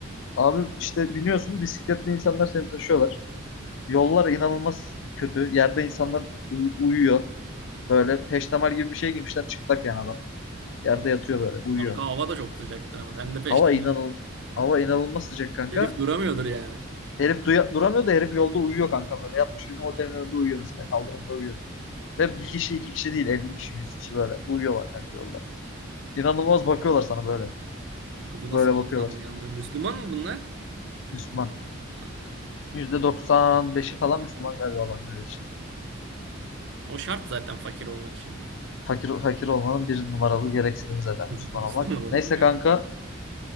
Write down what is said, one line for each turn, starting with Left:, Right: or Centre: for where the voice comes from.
Left: Abi işte biniyorsun bisikletli insanlar seni taşıyorlar. Yollar inanılmaz kötü. Yerde insanlar uy- uyuyor. Böyle peştemal gibi bir şey giymişler çıplak yani adam. Yerde yatıyor böyle uyuyor.
Right: Kanka hava da çok sıcaktır ama sen de peştemal.
Left: Hava inanıl hava inanılmaz sıcak kanka.
Right: Herif duramıyordur yani.
Left: Herif duya- duramıyor da herif yolda uyuyor kanka böyle. Yatmış bizim otelin önünde uyuyor mesela. Kaldırımda uyuyor. Ve bir kişi iki kişi değil 50 kişi 100 kişi böyle uyuyorlar kanka yolda. İnanılmaz bakıyorlar sana böyle.
Right: Bu nasıl
Left: Böyle
Right: bir
Left: bakıyorlar.
Right: insan yanına? Müslüman mı bunlar?
Left: Müslüman.
Right: Ha.
Left: %95'i falan Müslüman galiba adam böyle işte.
Right: O şart zaten fakir olmak için.
Left: Fakir, fakir olmanın bir numaralı gereksinimi
Right: <laughs>
Left: zaten
Right: Müslüman
Left: Müslüman olmak.
Right: olmak.
Left: Neyse
Right: olmak yani.
Left: kanka.